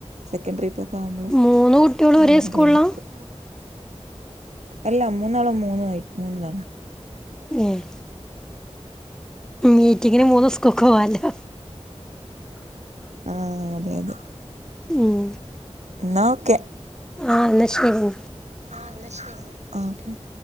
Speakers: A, on the right; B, in the centre.
A: സെക്കൻഡ് ട്രിപ്പ്ക്ക ആവ്മ്പളും
B: മൂന്ന് കുട്ടികളും
A: അങ്ങനെക്കെ
B: ഒരേ സ്കൂളിലാണ്
A: ടൈം എട്ക്കും അല്ല മൂന്നാളും മൂന്ന് വയ് മൂന്ന്ല
B: ഉം മീറ്റിങ്ങിന് മൂന്ന് സ്കൂക്ക് പോവാല്ലോ
A: ആഹ് അതെ അതെ
B: ഉം
A: ന്നാ ക്കെ
B: ആഹ് ന്നാ ശരി
A: ആഹ് ന്നാ ശെരി. ആഹ് ഓക്കേ ഓക്കേ